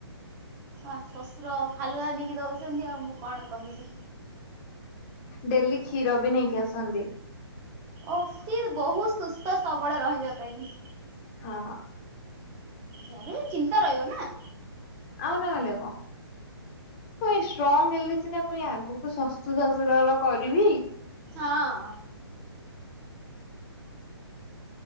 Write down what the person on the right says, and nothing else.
ହ ଶଶୁର ଫାଲୁଆ ନେଇକି ଦଉଛନ୍ତି ଆଉ ମୁଁ କଣ କହିବି।
ଅତି ବହୁତ ସୁସ୍ଥ ସବଳ ରହିବା ପାଇଁ।
ଯାହବି ଚିନ୍ତା ରହିବ ନା।
ହଁ।